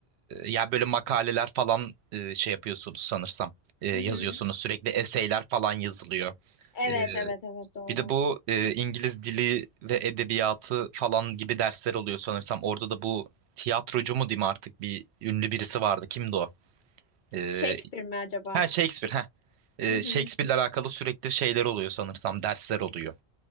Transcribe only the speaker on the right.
ya böyle makaleler falan e, şey yapıyorsunuz sanırsam. E, yazıyorsunuz
sürekli eseyler falan yazılıyor.
Ee,
Bir de bu e, İngiliz dili ve edebiyatı falan gibi dersler oluyor sanırsam. Orada da bu tiyatrocu mu diyeyim artık bir ünlü birisi vardı. Kimdi o? E,
ha Shakespeare. Ha. E,
Shakespeare'le alakalı sürekli şeyler oluyor sanırsam. Dersler oluyor.